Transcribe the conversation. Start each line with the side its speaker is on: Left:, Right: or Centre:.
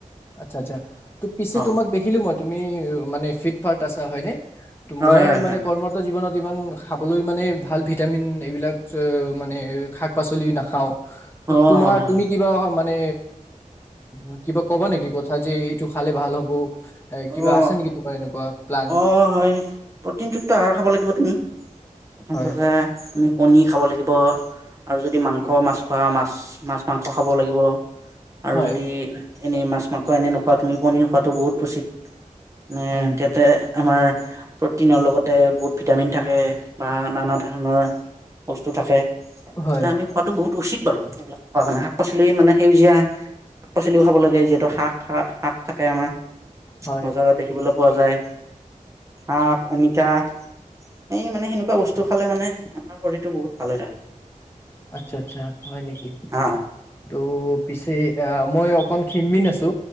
Left: আচ্ছা -আচ্ছা ত পিছে
Right: অ
Left: তোমাক দেখিলো মই তুমি মানে ফি <unintelligible> আছা হয়নে ত
Right: হয়
Left: মই
Right: হয়
Left: মানে
Right: হয় হয়।
Left: কৰ্মৰত জীৱনত। ইমান খাবলৈ মানে। ভাল ভিটামিন এইবিলাক য মানে শাক-পাচলি নাখাওঁ। ত'
Right: অ
Left: তোমাৰ
Right: হয় হয়
Left: তুমি কিবা অহা মান মানে অ', কিবা ক'বা নেকি কথা যে এইটো খালে ভাল হ'ব? এ কিবা
Right: অ',
Left: আছে নেকি তোমাৰ এনেকুৱা প্লান
Right: অ', হয় প্ৰটিনযুক্ত আহাৰ খাব লাগিব তুমি। প্ৰথম
Left: হয়
Right: কথা আমি কণী খাব লাগিব আৰু যদি মাংস, মাছ খোৱা মাছ মাছ-মাং তা খাব লাগিব। আৰু
Left: হয়
Right: যদি এনে মাছ, মাংস এনে নোখোৱা তুমি। পনীৰ খোৱাটো বহুত উচিত এ,
Left: হয় নেকি
Right: তাতে আমাৰ প্ৰটিনৰ লগতে বহুত ভিটামিন থাকে। বা নানা ধৰণৰ বস্তু থাকে।
Left: হয়
Right: তাতে আমি খোৱাটো বহুত উচিত বাৰু সবিলাক খোৱা কাৰণে শাক পাচলি মানে সেউজীয়া শাক পাচলিও খাব লাগে য টো শাক, শাক থাকে আমাৰ
Left: হয়
Right: বজাৰত দেখিবলৈ পোৱা যায়। আহ অমিতা। এই মানে সেনেকুৱা বস্তু খালে মানে আমাৰ শৰীৰটো বহুত ভালে হৈ থাকে।
Left: আচ্ছা, আচ্ছা হয় নেকি?
Right: হা
Left: তৌ পিছে অ, মই অকন খিনি মিন আছো